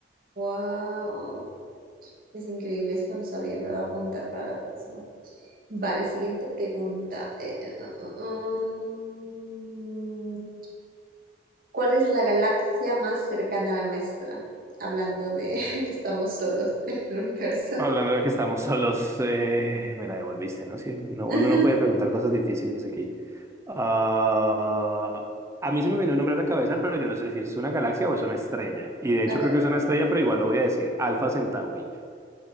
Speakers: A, on the right; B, on the right.
A: wow. Es increíble, eso no lo sabía, me lo voy a apuntar para la próxima. Vale, siguiente pregunta. Eh, eh, eh, eh, mm, ¿cuál es la galaxia más cercana a la nuestra? Hablando de <laughs> que estamos solos en el universo.
B: Hablando de que estamos solos, eh, me la devolviste, ¿no? Sí, no,
A: <laughs>
B: uno no puede preguntar cosas difíciles aquí. Ah, a mí se me viene un nombre a la cabeza, pero yo no sé si es una galaxia o es una estrella. Y de hecho
A: A ver.
B: creo que es una estrella, pero igual lo voy a decir. Alfa Centauri.